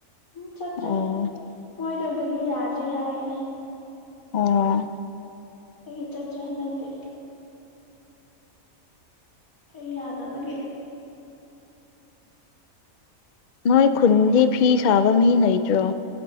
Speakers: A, on the left; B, on the left.
A: ꯎꯝ ꯆꯠꯇ꯭ꯔꯦ
B: ꯑꯣ
A: ꯃꯣꯏꯗꯣ ꯒꯔꯤ ꯌꯥꯗ꯭ꯔꯤ ꯍꯥꯏꯌꯦ
B: ꯑꯣ
A: ꯑꯩꯒꯤ ꯆꯠꯇ꯭ꯔꯦ ꯍꯟꯗꯛꯇꯤ ꯑꯩ ꯌꯥꯗꯕꯒꯤ
B: ꯅꯣꯏ ꯈꯨꯟꯗꯤ ꯐꯤ ꯁꯥꯕ ꯃꯤ ꯂꯩꯇ꯭ꯔꯣ